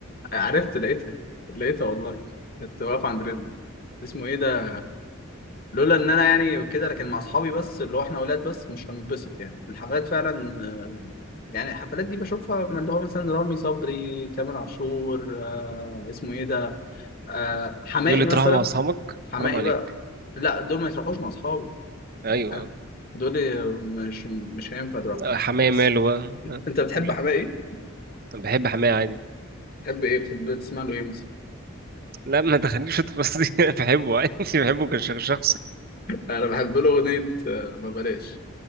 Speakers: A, on the left; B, on the right.
A: عرفت لقيتها لقيتها والله كنت واقف عند رجله اسمه إيه ده لولا إن أنا يعني كده لكن مع أصحابي بس اللي هو إحنا ولاد بس مش هنتبسط يعني الحفلات فعلا آه، يعني الحفلات دي بشوفها من اللي هو مثلا رامي صبري تامر عاشور آه، اسمه إيه ده آه حماقي
B: بيقول لي
A: مثلا
B: تروح مع اصحابك
A: حماقي
B: حرام عليك
A: بقى لا دول ما يروحوش مع اصحابي
B: ايوه
A: فاهم؟ دول مش مش هينفع تروح
B: آه، حماية
A: بس
B: ماله بقى ها،
A: انت بتحب
B: قول لي
A: حماقي
B: انا بحب حماية عادي
A: بتحب ايه بتحب تسمع له ايه مثلا
B: لا ما تخليش في التفاصيل <laughs> انا بحبه عادي بحبه كشخص
A: انا بحب له اغنيه آه، ما بلاش